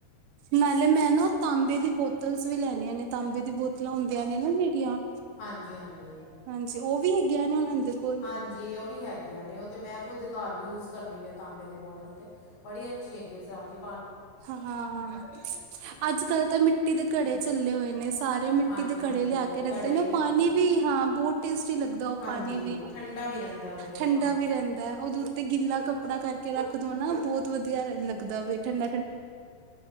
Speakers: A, on the right; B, on the left.
A: ਨਾਲੇ ਮੈਂ ਨਾ ਤਾਂਬੇ ਦੀ ਬੋਤਲਸ ਵੀ ਲੈਣੀਆਂ ਨੇ ਤਾਂਬੇ ਦੀ ਬੋਤਲਾਂ ਹੁੰ ਦੀਆਂ ਨੇ ਨਾ ਜੇੜੀਆਂ,
B: ਹਾਂਜੀ ਹਾਂਜੀ
A: ਹਾਂਜੀ, ਉਹ ਵੀ ਹੈਗੀਆਂ ਨੇ ਉਹਨਾਂ ਦੇ ਕੋਲ?
B: ਹਾਂਜੀ ਉਹ ਵੀ ਹੈਗੀਆਂ ਨੇ ਉਹ ਤੇ ਮੈਂ ਖੁਦ ਘਰ ਯੂਜ਼ ਕਰਨੀ ਪਿਆ ਤਾਂਬੇ ਦੀ ਬੋਟਲ ਤੇ। ਬੜੀ ਅੱਛੀ ਹੈਗੀ, ਅਸੀਂ ਰਾਂਤੀ
A: ਹਾਂ-ਹਾਂ, ਅੱਜ ਕੱਲ ਤਾਂ ਮਿੱਟੀ ਦੇ ਘੜੇ ਚੱਲੇ ਹੋਏ ਨੇ। ਸਾਰੇ ਮਿੱਟੀ
B: ਹਾਂਜੀ
A: ਦੇ
B: ਹਾਂਜੀ
A: ਘੜੇ ਲਿਆ ਕੇ ਰੱਖਦੇ
B: ਘੜੇ ਹੀ
A: ਨੇ। ਉਹ ਪਾਣੀ
B: ਰ-
A: ਵੀ ਹਾਂ ਬੋਤ ਟੇਸਟੀ ਲੱਗਦੈ ਔ
B: ਹਾਂਜੀ
A: ਪਾਣੀ ਵੀ,
B: ਠੰਡਾ ਵੀ ਰਹਿੰਦਾ ਉਹਦੇ ਵਿੱਚ
A: ਠੰਡਾ
B: ਪਾਣੀ
A: ਵੀ ਰੈੰਦਾ। ਓਦੇ ਉ ਤੇ ਗਿੱਲਾ ਕੱਪੜਾ ਕਰਕੇ ਰੱਖ ਦੋ ਨਾ, ਬੌਤ ਵਧੀਆ ਰੈ ਲੱਗਦਾ ਵੇ, ਠੰਡ